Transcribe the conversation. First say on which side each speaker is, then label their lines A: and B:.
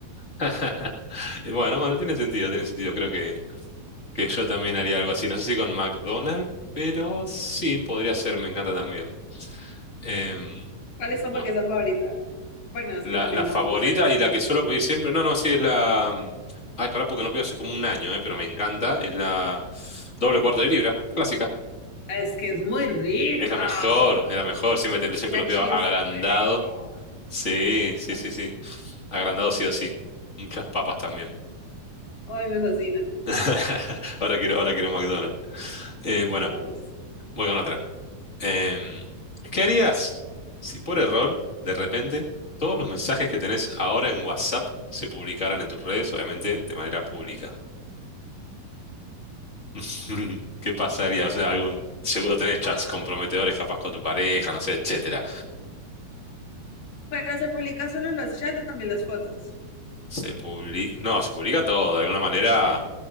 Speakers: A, on the left; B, on the left.
A: <laughs> Y Bueno, bueno, tiene sentido, tiene sentido. Creo que, que yo también haría algo así. No sé si con McDonald's, pero sí, podría ser, me encanta también. Em,
B: ¿Cuál es tu hamburguesa
A: bueno.
B: favorita? Bueno, es
A: La,
B: que también
A: la
B: no,
A: favorita
B: no sabría
A: y
B: cómo
A: la que
B: decir.
A: suelo pedir siempre, no, no, sí, es la... mm, Ay, pará, porque no pido hace como un año, eh, pero me encanta, es la doble cuarto de libra, clásica.
B: Es que es muy rica.
A: Es la mejor, es la mejor, siempre, te- siempre
B: Y la
A: lo pido
B: cheese
A: agrandado.
B: bacon.
A: Sí, sí,
B: así.
A: sí, sí. Agrandado sí o sí. Muchas papas también.
B: Ay, me fascina.
A: <laughs> Ahora quiero, ahora quiero un McDonald's. Eh, bueno,
B: Ay, sí.
A: voy con otra. Em, ¿qué harías si por error, de repente, todos los mensajes que tenés ahora en WhatsApp se publicaran en tus redes, obviamente de manera pública? <laughs> ¿Qué pasaría? O sea, algún, seguro tenés chats
B: Ah,
A: comprometedores capaz con tu pareja, no sé, etcétera.
B: Pero se publica solo en los chats o también las fotos.
A: Se publica, no, se publica todo, de alguna manera,